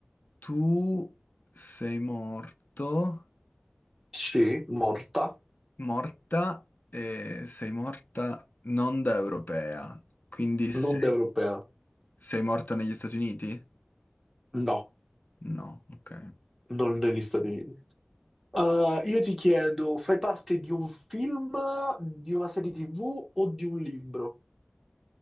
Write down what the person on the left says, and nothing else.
tu sei morto.
Morta, e sei morta non da europea, quindi sei,
sei morta negli Stati Uniti?
No, ok.